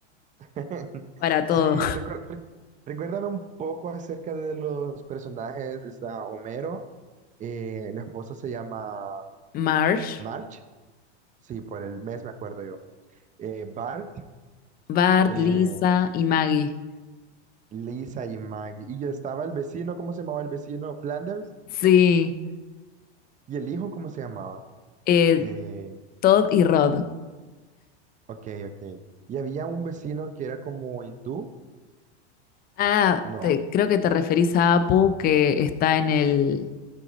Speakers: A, on the right; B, on the left.
A: <laughs>
B: Para todo.
A: Sí, recuer- re- recuérdame un poco acerca de los personajes. Está Homero, eh, la esposa se llama
B: Marge,
A: March, sí, por el mes me acuerdo yo. Eh, Bart,
B: Bart,
A: eh,
B: Lisa y Maggie.
A: Lisa y Maggie. Y yo estaba el vecino, ¿cómo se llamaba el vecino? Flanders.
B: Sí,
A: ¿Y el hijo cómo se llamaba?
B: eh,
A: Eh,
B: Todd y Rod.
A: ok, ok. Y había un vecino que era como hindú.
B: Ah,
A: No.
B: te- creo que te referís a Apu que está en el,